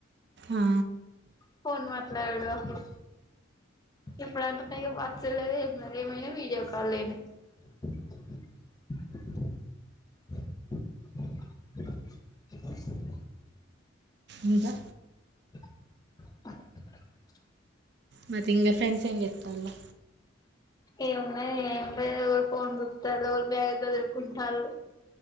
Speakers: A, on the right; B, on the left.
A: ఆ
B: ఫోన్ మాట్లాడుడో అప్పు ఎప్పుడంటే ఎం వచ్చుడు లేదు ఏమైనా వీడియో కాల్ లేనే <unintelligible> <unintelligible>
A: ఇంకా
B: <unintelligible>
A: మా తింగరి ఫ్రెండ్సే ఎం చేతుల్లో
B: ఏమున్నది ఏంలేదు ఒకళ్లు ఫోన్ చుత్తల్ ఒకళ్లు బ్యాగ్ సదుర్కుంటాళ్ళు,